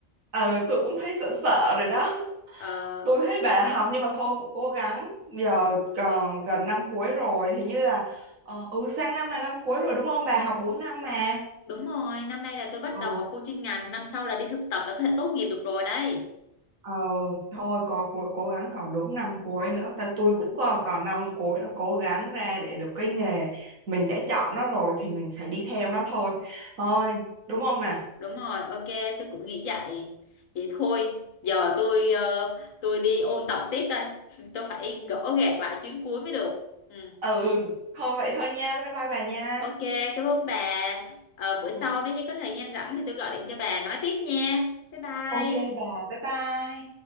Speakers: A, on the right; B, on the left.
A: ừ tôi cũng thấy sợ sợ rồi đó
B: Ờ,
A: tôi thấy bà học nhưng mà thôi cũng cố gắng giờ còn gần năm cuối rồi hình như là ờ, ừ sang năm là năm cuối rồi đúng không bà học 4 năm mà
B: đúng rồi, năm nay là tôi bắt
A: Ờ,
B: đầu học vô chuyên ngành, năm sau là đi thực tập là có thể tốt nghiệp được rồi đấy.
A: Ờ, thôi có cố, cố gắng còn đúng năm cuối nữa ta tôi cũng còn còn năm cuối nữa cố gắng ra để được cái nghề mình đã chọn nó rồi thì mình phải đi theo nó thôi thôi đúng không nè
B: Đúng rồi, ok, tôi cũng nghĩ vậy. Vậy thôi, giờ tôi ờ, tôi đi ôn tập tiếp đây. <laughs> Tôi phải gỡ gạc lại chuyến cuối mới được. Ừ.
A: ừ thôi vậy thôi nha bye bye bà nha
B: Ok, cảm ơn bà. Ờ,
A: ừ.
B: bữa sau nếu như có thời gian rảnh thì tôi gọi điện cho bà nói tiếp nha. Bye bye.
A: ok bà bye bye